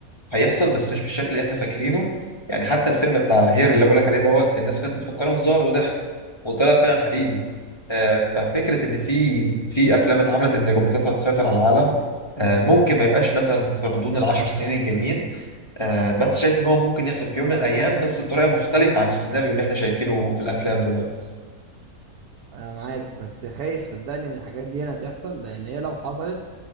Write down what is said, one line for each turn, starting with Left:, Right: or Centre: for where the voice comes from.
Left: هيحصل بس مش بالشكل اللي احنا فاكرينه يعني حتى الفيلم بتاع هير اللي بقولك عليه دوت الناس كانت مفكره هزار وضحك وطلع فعلا حقيقي آه، ففكره ان في في افلام اتعملت ان الروبوتات هتسيطر على العالم آه، ممكن ما يبقاش مثلا في غضون العشر سنين الجايين آه، بس شايف ان هو ممكن يحصل في يوم من الايام بس بطريقه مختلفه عن السيناريو اللي احنا شايفينه في الافلام دلوقتي
Right: انا معاك بس خايف صدقني من الحاجات دي انا تحصل لان هي لو حصلت